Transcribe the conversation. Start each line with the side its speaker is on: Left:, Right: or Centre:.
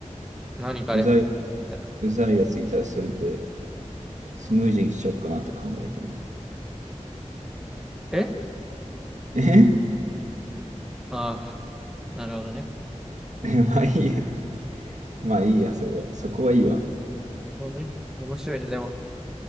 Centre: 何かあれば。
Right: うざい
Centre: みたいな。
Right: うざいやついたらそれでスムージーにしようかなって考えてるね
Centre: え
Right: え
Centre: ああー、なるほどね。
Right: え <laughs> まあいいや。まあいいや、それは。そこはいいわ。
Centre: なるほどね面白いね。でも、